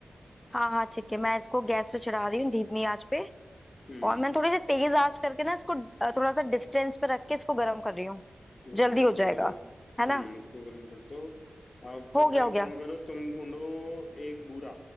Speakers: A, on the left; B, on the left.
A: हाँ हाँ ठीक है मैं इसको गैस पे चढ़ा रही हूँ धीमी आंच पे
B: हम्म
A: और मैं थोड़ी सी तेज आंच करके ना इसको अ, थोड़ा सा डिस्टेंस पे रख के इसको गर्म कर रही हूँ
B: हाँ
A: जल्दी
B: इसको
A: हो जाएगा
B: गर्म
A: है
B: हम्म
A: ना
B: इसको गर्म कर दो अब तब
A: हो गया
B: तक एक
A: हो गया
B: काम करो तुम ढूंढो एक बूरा